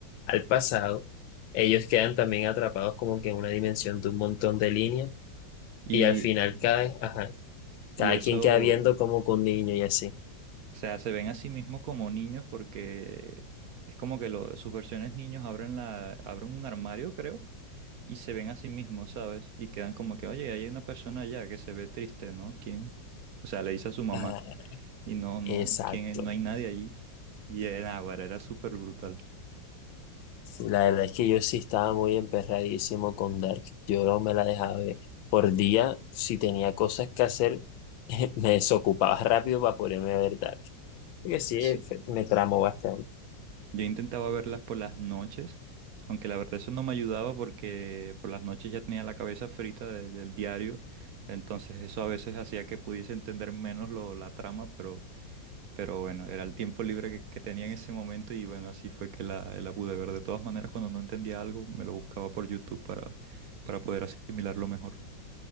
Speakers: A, on the left; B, on the right.
A: al pasado, ellos quedan también atrapados como que en una dimensión de un montón de líneas
B: Y,
A: y al final
B: y
A: cada, ajá, cada
B: eso,
A: quien queda viendo
B: o
A: como con un niño y así.
B: sea, se ven a sí mismos como niños porque es como que lo- sus versiones niños abren, la, abren un armario, creo. Y se ven a sí mismos, ¿sabes? Y quedan como que, oye, hay una persona allá que se ve triste, ¿no? ¿Quién? O sea, le dice a su mamá.
A: Ah,
B: y no, no,
A: exacto.
B: ¿quién, no hay nadie allí. Y el Águara era súper brutal.
A: Sí, la verdad es que yo sí estaba muy emperradísimo con Dark. Yo no me la dejaba ver. Por día, si tenía cosas que hacer, <laughs> me desocupaba rápido para ponerme a ver Dark. Porque sí,
B: Sí.
A: fe- me tramó bastante.
B: Yo intentaba verlas por las noches, aunque la verdad eso no me ayudaba porque por las noches ya tenía la cabeza frita de- del diario, entonces eso a veces hacía que pudiese entender menos lo, la trama, pero, pero bueno, era el tiempo libre que, que tenía en ese momento y bueno, así fue que la, la pude ver. De todas maneras, cuando no entendía algo, me lo buscaba por YouTube para, para poder asimilarlo mejor.